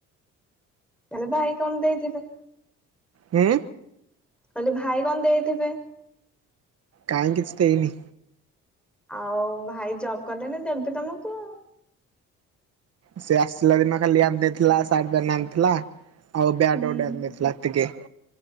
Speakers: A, in the centre; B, on the right (about 50°).
A: ତାହେଲେ ଭାଇ କଣ ଦେଇଥିବେ?
B: ହୁଁ?
A: କହିଲି ଭାଇ କଣ ଦେଇଥିବେ?
B: କାଇଁ କିଛି ଦେଇନି।
A: ଆଉ ଭାଇ ଜବ୍ କଲେଣି ଦେବେ ତମକୁ ଆଉ।
B: ସେ ଆସିଲା ଦିନ ଖାଲି ଆଣି ଦେଇଥିଲା ଶାର୍ଟ ପ୍ୟାଣ୍ଟ୍ ଆଣିଥିଲା ଆଉ ବ୍ୟାଟ୍
A: ହୁଁ
B: ଗୋଟେ ଆଣି ଦେଇଥିଲା ଏତିକି।